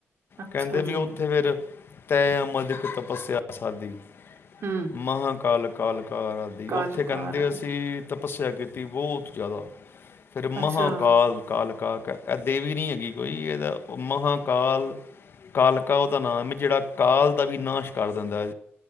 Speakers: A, on the right; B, on the left.
A: ਅੱਛਾ
B: ਕਹਿੰਦੇ ਵੀ
A: ਜੀ,
B: ਉਹ ਉੱਥੇ ਫਿਰ ਤੇੈ ਮਦ ਕਿ ਤਪੱਸਿਆਸਾਦੀ
A: ਹੂੰ
B: ਮਹਾਕਾਲਕ ਕਾਲ ਕਾਰਾਂ ਦੀ
A: ਕਾਲ
B: ਉੱਥੇ ਕਹਿੰਦੇ
A: ਕਾਰ
B: ਅਸੀਂ ਤ ਤਪੱਸਿਆ ਕੀਤੀ ਬਹੁਤ ਜ਼ਿਆਦਾ ਫਿਰ ਮਹਾਂਕਾਲ
A: ਅੱਛਾ,
B: ਕਾਲ ਕਾਕ ਇਹ ਦੇਵੀ ਨਹੀਂ ਹੈਗੀ ਕੋਈ ਇਹਦਾ ਮਹਾਂਕਾਲ। ਕਾਲਕਾ ਉਹਦਾ ਨਾਮ ਹੈ ਜਿਹੜਾ ਕਾਲ ਦਾ ਵੀ ਨਾਸ਼ ਕਰ ਦਿੰਦਾ